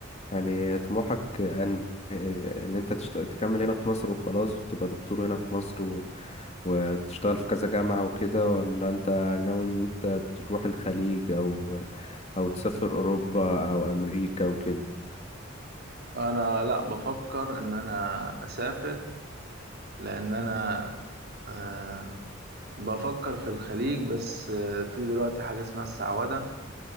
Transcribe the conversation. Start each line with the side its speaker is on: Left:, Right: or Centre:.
Left: يعني طموحك ان ان انت تشت... تكمل هنا في مصر وخلاص وتبقى دكتور هنا في مصر و... وتشتغل في كذا جامعة وكده ولا انت ناوي ان انت تروح الخليج او او تسافر اوروبا او امريكا وكده
Right: انا لا بفكر ان انا اسافر لان انا آه بفكر في الخليج بس آه في دلوقتي حاجه اسمها السعوده